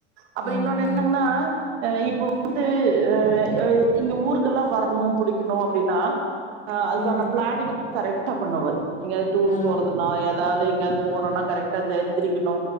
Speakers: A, on the right; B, on the left.
A: அப்புறோ
B: ஆஹா
A: இன்னொன்னு என்னங்கன்னா அ இப்போ வந்து அ இங்க ஊருக்கெல்லா வரணு புடிக்கணு அப்படின்னா ஆ அதுக்கான
B: ம்
A: பிளானிங்லா கரெக்ட்டா பண்ணுவாரு எங்கேயாது டூர்
B: ஆ
A: போறதுன்னா ஏதாவது எங்யாது போணுன்னா கரெக்டா இந்த எந்திரிக்கணு